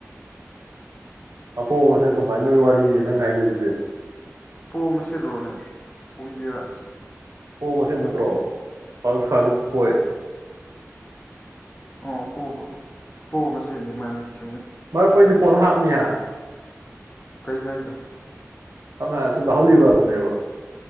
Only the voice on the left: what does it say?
ꯄꯣꯝꯃ ꯁꯤꯦꯠꯂꯨꯔꯅꯦ ꯑꯣꯏꯏꯗꯣꯏꯔꯥ
ꯑꯣ ꯄꯣ ꯃꯆꯅꯤ ꯃꯥꯅꯤ ꯆꯨꯝꯃꯤ
ꯀꯩꯅꯅꯖ